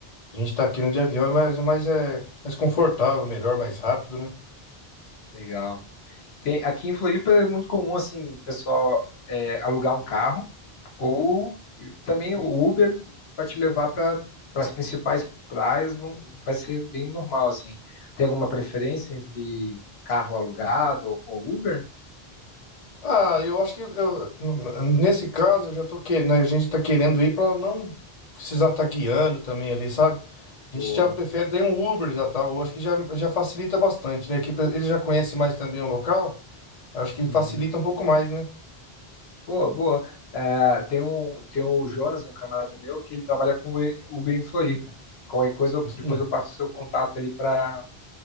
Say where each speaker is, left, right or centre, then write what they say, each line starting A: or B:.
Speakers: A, on the left; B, on the left.
A: A gente tá aqui no de avião, mas, mas é mais confortável, melhor, mais rápido, né?
B: Legal. Tem- aqui em Floripa é muito comum, assim, o pessoal é, alugar um carro ou também o Uber vai te levar para as principais praias, vão- vai ser bem normal, assim. Tem alguma preferência entre carro alugado ou Uber?
A: Ah, eu acho que eu- n- nesse caso eu já tô querendo, a gente tá querendo ir pra não precisar estar guiando também ali, sabe? A
B: Boa.
A: gente já prefere ter um Uber já tal, eu acho que já, já facilita bastante, né? Que pe- ele já conhece mais também o local, acho que
B: Uhum.
A: facilita um pouco mais, né?
B: Boa, boa. É, tem um, tem o Jonas, um camarada meu, que ele trabalha com Uber Uber em Floripa. Qualquer coisa, eu-
A: Sim,
B: depois eu passo o seu contato ali para